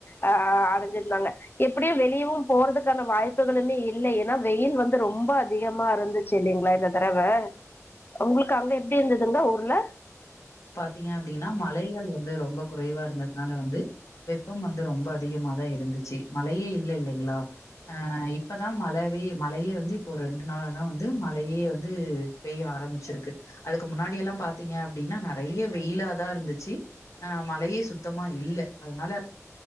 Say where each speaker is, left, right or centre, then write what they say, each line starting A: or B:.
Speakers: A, on the left (about 40°); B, on the left (about 80°).
A: ஆ அடஞ்சிருந்தாங்க எப்டியு வெளியவு போறதுக்கான வாய்ப்புகளுமே இல்ல ஏன்னா வெயில் வந்து ரொம்ப அதிகமா இருந்துச்சு இல்லைங்ளா இந்த தடவ ஒங்களுக்கு அங்க எப்டி இருந்ததுங்க ஊர்ல
B: பாத்தீங்னா அப்டினா மலைகள் வந் வந்து ரொம்ப குறைவா இருந்ததுனால வந்து வெப்பம் வந்து ரொம்ப அதிகமாதா இருந்துச்சு மழயே இல்ல இல்லைங்ளா அ இப்பதா மழவே மழையே வந்து இப்போ ரெண்டு நாளா தா வந்து மழயே வந்து பெய்ய ஆரம்பிச்சிருக்கு அதுக்கு முன்னாடி எல்லா பாத்தீங்க அப்டின்னா நெறய வெயிலாதா இருந்துச்சு அ மழயே சுத்தமா இல்ல அதனால